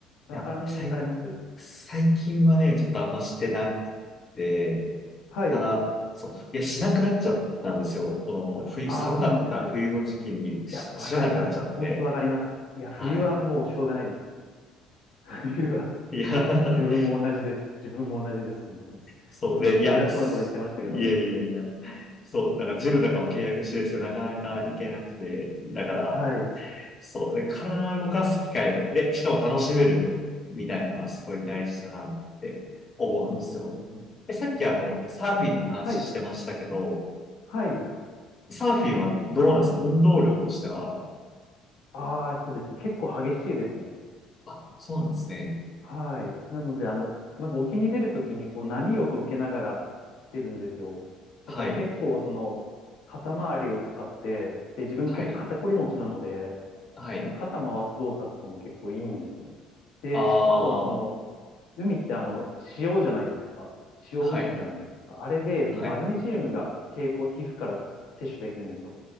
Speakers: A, on the left (about 75°); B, on the left (about 35°).
A: ラランニングされます
B: いや、最最近はね、ちょっとあんましてなくて、
A: はい。
B: ただ、そう、いや、しなくなっちゃったんですよ。この、冬、
A: ああ、
B: 寒かった冬の時期にし知らなくなっちゃって。
A: そうなんです。いや、わかります。本当わかります。いや、
B: はい。
A: 冬はもうしょうがないです。<laughs> 冬は、
B: いや、
A: 自分も同じです。自分も同じです、本当に。
B: <laughs> そうで、
A: 今ちょっと偉そうなこと言ってましたけど。
B: いや、すいやいやいや。そう、だからジムとかも契約してるんですけど、なかなか行けなくて、だから、
A: はい。
B: そう、で、体を動かす機会を、で、しかも楽しめるみたいなのはすごい大事だなって思うんですよ。
A: うん、うん、うん、うん。
B: え、さっきあの、サーフィンの話してましたけど、
A: はい。はい。
B: サーフィンはどうなんですか運動量としては。
A: あーえっとですね、結構激しいですね。
B: あ、そうなんですね。
A: はい。なので、あの、まず沖に出るときに、こう、波を受けながら出るんですよ。だから結構、
B: はい。
A: その、肩周りを使って、で、自分結構肩こり持ちなので、
B: はい。はい。
A: その肩回す動作とかも結構いいんですよね。で、
B: あ
A: あとはその、
B: あ、
A: 海ってあの、塩じゃないですか。塩水じゃないですか。
B: はい。
A: あれで、そのマグネシウムが経口皮膚から摂取できるんですよ。
B: はい。